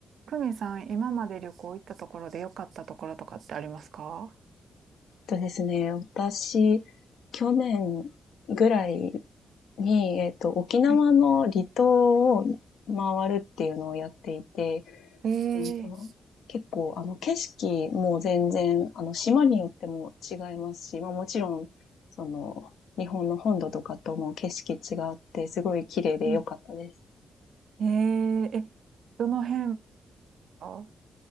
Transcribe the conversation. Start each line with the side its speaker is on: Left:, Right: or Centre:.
Right: 久美さん、今まで旅行行ったところで良かったところとかってありますか
Left: とですね、私、去年ぐらいに、えっと、沖縄の離島を回るっていうのをやっていて、
Right: はい。ええ
Left: うんと、結構、あの、景色も全然、あの、島によっても違いますし、まあもちろん、その、日本の本土とかとも景色違って、すごい綺麗で良かったです。
Right: うんえええ、どの辺は